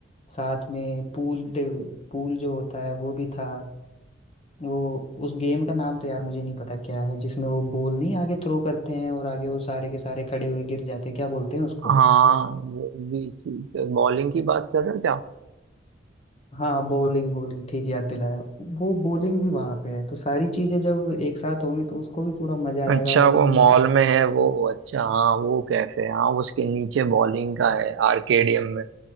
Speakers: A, on the left; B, on the right.
A: साथ में पूल पूल जो होता है वो भी था वो उस गेम का नाम तो यार मुझे नहीं पता क्या है जिसमें वो बॉल नहीं आगे थ्रो करते हैं और आगे वो सारे के सारे खड़े हुए गिर जाते हैं क्या बोलते हैं उसको
B: हाँ वो भी चीज है बॉलिंग की बात कर रहे हो क्या
A: हाँ बॉलिंग बॉलिंग ठीक याद दिलाया वो बॉलिंग भी वहां पे है तो सारी चीजें जब एक साथ होंगी तो उसको भी पूरा मजा आएगा
B: अच्छा
A: और हमें
B: वो मॉल
A: भी आखिरी
B: में है
A: में
B: वो अच्छा हाँ वो कैफे हाँ उसके नीचे बॉलिंग का है आर्केडियम में